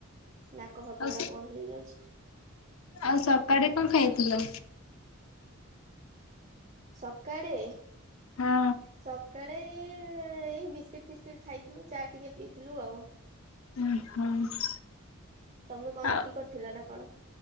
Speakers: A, on the right; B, on the left.
A: ନାକ ଫାକ
B: ଆଉ
A: ଗୁଡା ବନ୍ଦ ହେଇଯାଉଛି।
B: ଆଉ ସକାଳେ କଣ ଖାଇଥିଲ?
A: ସକାଳେ
B: ହଁ
A: ସ କାଳେ ଏଇ ବିସ୍କେଟ୍ ଫିସ୍କେଟ୍ ଖାଇଥିଲୁ ଚା ଟିକେ ପିଇଥିଲୁ ଆଉ
B: ଉ ହୁଃ
A: ତମେ କଣ
B: ଆଉ
A: ରୁଟି କରିଥିଲ ନା କଣ?